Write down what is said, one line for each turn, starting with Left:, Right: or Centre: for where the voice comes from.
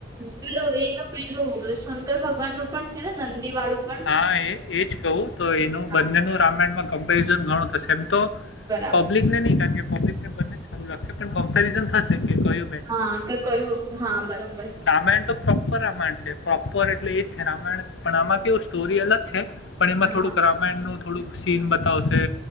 Right: પેલો એનું પેલું શંકર ભગવાન નું પણ છે ને નંદીવાળું.
Left: હા એ એજ કહું તો એનું
Right: હા
Left: બંનેનું રામાયણમાં કમ્પેરિઝન ઘણું થશે એમ તો.
Right: બરાબર
Left: પબ્લિક ને નહી કારણ કે પબ્લિકને બને ચાલુ રાખશે પણ કમ્પેરિઝન થશે કે ક.
Right: હા કે કયું હા બરાબર.
Left: રામાયણ તો પ્રોપર રામાયણ છે પ્રોપર એટલે એ જ છે રામાયણ પણ આમાં કેવું સ્ટોરી અલગ છે. પણ એમાં
Right: હા
Left: થોડુંક
Right: હા
Left: રામાયણ નું થોડુંક સીન બતાવશે